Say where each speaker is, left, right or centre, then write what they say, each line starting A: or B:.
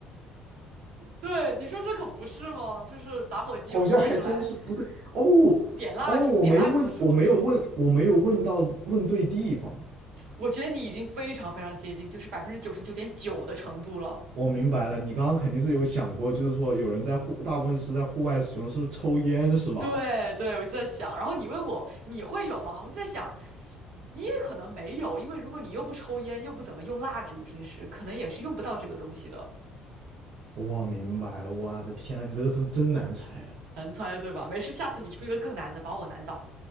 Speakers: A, on the right; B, on the right.
A: 对，你说这可不是吗？就是打火机有时候可以用来
B: 好像还真是不对哦哦，
A: 点蜡烛，
B: 我没问，
A: 点蜡烛的时候就，
B: 我没有问，我没有问到问对地方。
A: 我觉得你已经非常非常接近，就是百分之九十九点九的程度了。
B: 我明白了，你刚刚肯定是有想过，就是说有人在户，大部分是在户外使用，是不是抽烟是吧？
A: 对对，我就在想，然后你问我你会有吗？我就在想，你也可能没有，因为如果你又不抽烟，又不怎么用蜡烛，平时可能也是用不到这个东西的。
B: 我明白了，我的天啊，你这个真真难猜啊！
A: 难猜，对吧？没事，下次你出一个更难的，把我难倒。